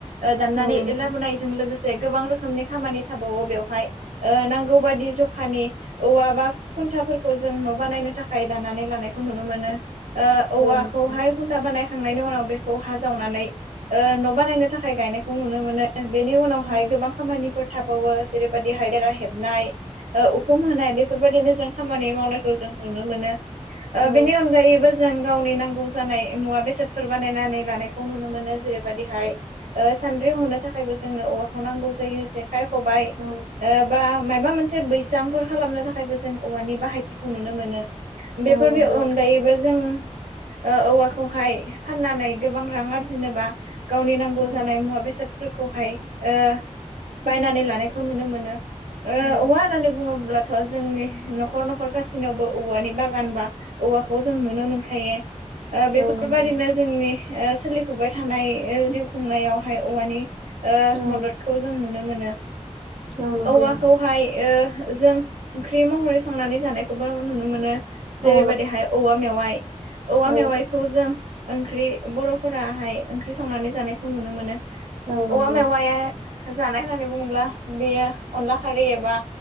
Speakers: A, on the right (about 85°); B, on the right (about 60°).
A: ओ ाननानै
B: औ नंगौ
A: लाबोनायजों लोगोसे से गोबां रोखोमनि खामानि थाबावो बेवहाय, ओ नांगौ बादि जखानि औवा बा खुन्थाफोरखौ जों न' बानायनो थाखाय दाननानै लानायखौ नुनो मोनो। ओ औवाखौहाय
B: औ नंगौ
A: खुन्था बानाय खांनायनि उनाव बेखौ हा जावनानै ओ न' बानायनो थाखाय गायनायखौ नुनो मोनो। बेनि उनावहाय
B: औ
A: गोबां खामानिफोर थाबावो जेरैबादिहाय देरा हेबनाय। उखुम होनाय बेफोरबायदिनो जों खामानि मावनायखौ जों नुनो मोनो। ओ
B: औ
A: बेनि अनगायैबो जों गावनि नांगौ जानाय मुवा बेसादफोर बानायनानै लानाय खौ नुनो मोनो। जेरैबायदिहाय ओ सानद्रि हनो थाखायबो जोंनो औवाखौ नांगौ जायो। जे खाय, खबाय
B: औ
A: बा माबा मोनसे बैसांफोर खालामनो थाखायबो जों औवानि बाहायथि खौ नुनो मोनो। बेफोरनि
B: औ नंगौ
A: अनगायैबो जों ओ औवाखौहाय फाननानै गोबां रां आरजिनो बा गावनि नांगौ
B: औ
A: जानाय
B: नंगौ औ
A: मुवा बेसादफोरखौहाय ओ बायनानै लानायखौ नुनो मोनो। ओ
B: औ
A: औवा होननानै बुङोब्लाथ' जोंनि न'खर न'खर गासिनावबो औवानि बागान बा औवाखौ जों नुनो मोनखायो। ओ बेफोरबायदिनो
B: औ नंगौ
A: जोंनि ओ सोलिफुबाय थानाय जिउ खुंनायावहाय औवानि ओ
B: औ
A: मददखौ जों नुनो मोनो।
B: औ नंगौ
A: औवाखौहाय ओ जों ओंख्रि महरै संनानै जानायखौबो नुनो मोनो। जेरैबायदिहाय
B: औ नंगौ औ
A: औवा मेवाइ, औवा
B: औ
A: मेवाइखौ जों ओंख्रि बर'फोराहाय ओंख्रि संनानै जानायखौ नुनो मोनो।
B: औ नंगौ
A: औवा मेवाया जानाय होननानै बुङोब्ला, बेयो अनला खारै एबा